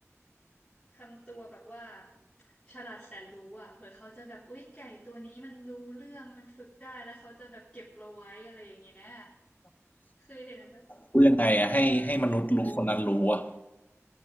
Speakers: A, on the left; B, on the left.
A: ทำตัวแบบว่าฉลาดแสนรู้อ่ะเผื่อเขาจะแบบอุ๊ยไก่ตัวนี้มันรู้เรื่องมันฝึกได้แล้วเขาจะแบบเก็บเราไว้อะไรอย่างเงี้ยเคยเห็นปะ
B: รู้ยังไงอ่ะให้ให้มนุษย์รู้คนนั้นรู้อ่ะ